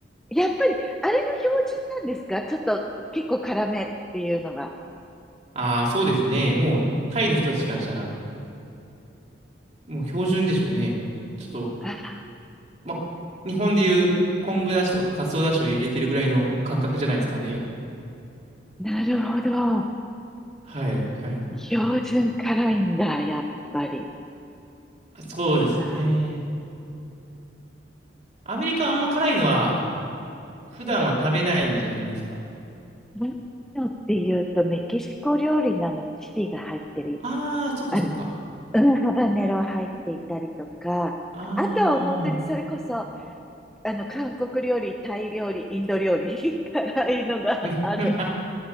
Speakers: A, in the centre; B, on the right.
A: やっぱり、あれが標準なんですかちょっと結構辛めっていうのが。
B: ああ、そうですね。もうタイの人たちからしたら、もう標準でしょうね。ちょっと、
A: ああ、
B: まあ、日本でいう昆布だしとかカツオだしを入れてるぐらいの感覚じゃないですかね。
A: なるほど。
B: はい、はい。
A: 標準辛いんだ、やっぱり。
B: そうですね。
A: あ
B: アメリカはあんま辛いのは
A: ー、うん
B: 普段は食べないんじゃないんですか
A: 何のっていうと、メキシコ料理なのチリが入ってる。
B: ああー、そうかそうか。
A: あの、うん、ハバネロ入っていたりとか、
B: ああ。
A: あとは本当にそれこそ、あの、韓国料理、タイ料理、インド料理、<laughs> 辛いのがある。
B: <laughs>